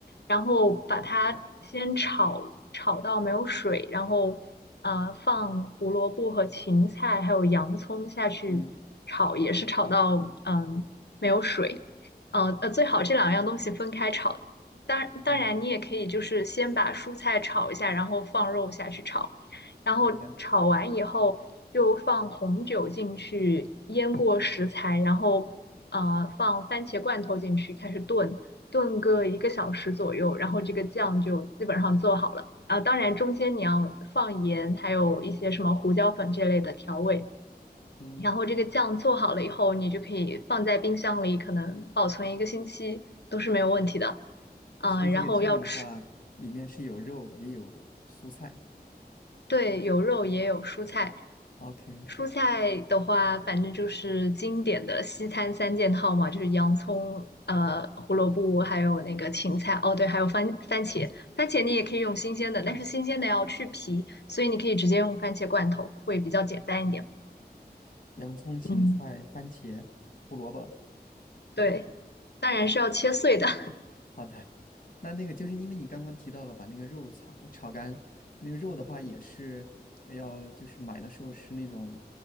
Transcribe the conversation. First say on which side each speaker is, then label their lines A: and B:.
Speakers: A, on the left (about 80°); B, on the left (about 50°).
A: 然后把它先炒炒到没有水，然后呃放胡萝卜和芹菜还有洋葱下去炒，
B: 嗯，
A: 也是炒到嗯没有水。呃呃，最好这两样东西分开炒，当当然，
B: 哦，
A: 你也可以就是先把蔬菜炒一下，然后放肉下去炒，然后炒完以后就放红酒进去腌过食材，
B: 好的，
A: 然后呃放番茄罐头进去开始炖，炖个一个小时左右，然后这个酱就基本上做好了。啊，当然中间你要放盐，还有一些什么胡椒粉这类的调味。
B: 嗯，
A: 然后这个酱做好了以后，你就可以放在冰箱里，可能保存一个星期都是没有问题的。啊、
B: 所以这个酱的话，
A: 然后要吃，
B: 里面是有肉也有蔬菜。
A: 对，有肉也有蔬菜。
B: OK，
A: 蔬菜的话，反正就是经典的西餐三件套嘛，就是洋葱、呃胡萝卜，还有那个芹菜。哦，对，还有番番茄。番茄你也可以用新鲜的，但是新鲜的要去皮，所以你可以直接用番茄罐头，会比较简单一点。
B: 洋葱、芹菜、
A: 嗯，
B: 番茄、胡萝卜。
A: 对，当然是要切碎的。<laughs>
B: 好的，那那个就是因为你刚刚提到了把那个肉炒炒干，那个肉的话也是要就是买的时候是那种，